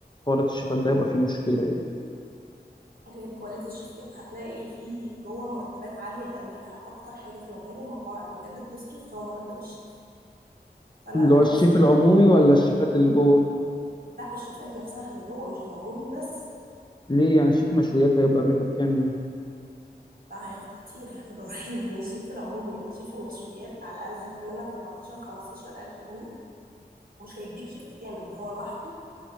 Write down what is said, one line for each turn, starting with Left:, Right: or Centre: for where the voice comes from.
Left: حوارات الشيفات ده هيبقى فيه مشكلة يعني
Right: غير كواليتي الشيفات هتلاقي في جوه مرتبات عاليه قوي اكتر حاجه في مجال المطاعم بجد بتصرف هو مرتب الشيف فانا
Left: اللي
Right: عن
Left: هو الشيف
Right: نفسي
Left: العمومي ولا الشيفات اللي جوه
Right: لا الشيفات نفسها اللي جوه مش العمومي بس
Left: ليه يعني شيف مشويات هيبقى بياخد كام يعني
Right: لا هياخد كتير هياخد قريب من الشيف العموم <laughs> يعني شيف المشويات على الأقل هياخد منك 14 15 ألف جنيه ومش هيديك شيفت كامل ده هو لوحده